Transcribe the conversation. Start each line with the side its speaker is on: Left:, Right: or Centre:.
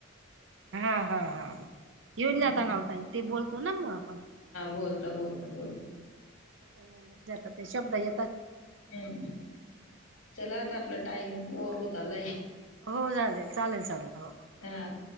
Right: हा हा हा घेऊन
Left: हं.
Right: जाता नव्हता इथे बोलतो ना मग आपण
Left: बोल. ता बोलता बोल
Right: हो जात ते शब्द येत
Left: हम्म चला आता, आपला टाईम ओव्हर
Right: हो
Left: होत
Right: हो
Left: आलाय
Right: हो चालेल चालेल चालेल हो
Left: हा.